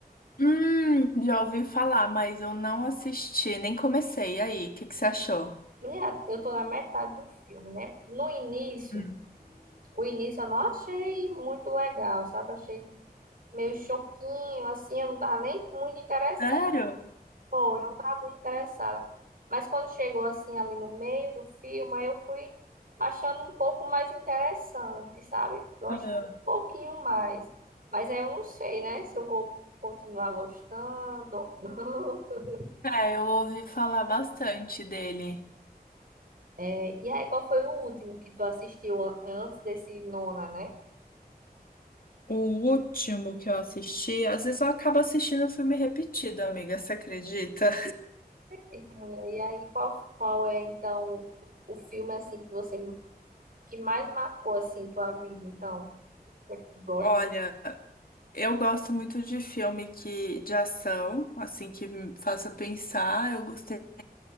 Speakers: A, on the left; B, on the right.
A: Hum, já ouvi falar, mas eu não assisti, nem comecei. E aí, o que que você achou?
B: Mulher, eu tô na metade do filme, né? No início,
A: Hum.
B: o início eu não achei muito legal, sabe? Achei meio choquinho, assim, eu não tava nem muito interessada.
A: Sério?
B: Pô, eu não estava muito interessada. Mas quando chegou assim ali no meio do filme, aí eu fui achando um pouco mais interessante, sabe? Gostando
A: Ah,
B: um pouquinho mais. Mas aí eu não sei, né? Se eu vou continuar gostando ou não. <laughs>
A: É, eu ouvi falar bastante dele.
B: É, E aí, qual foi o último que tu assistiu an- antes desse Nona, né?
A: O último que eu assisti, às vezes eu acabo assistindo filme repetido, amiga, você acredita?
B: E tu, mulher, e aí qual, qual é então o filme assim que você que mais marcou assim tua vida, então? O que é que tu gosta?
A: Olha, eu gosto muito de filme que de ação, assim que me faça pensar. Eu gostei